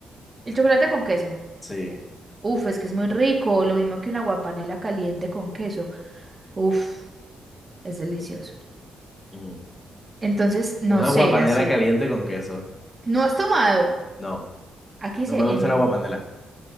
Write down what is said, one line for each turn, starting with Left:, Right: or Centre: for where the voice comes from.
Right: el chocolate con queso.
Left: Sí.
Right: Uf, es que es muy rico, lo mismo que una guapanela caliente con queso. Uf, es delicioso.
Left: Mm.
Right: Entonces, no
Left: Una
Right: sé,
Left: guapanela
Right: así.
Left: caliente con queso.
Right: ¿No has tomado?
Left: No,
Right: Aquí
Left: no
Right: se
Left: me gusta
Right: en...
Left: la guapanela.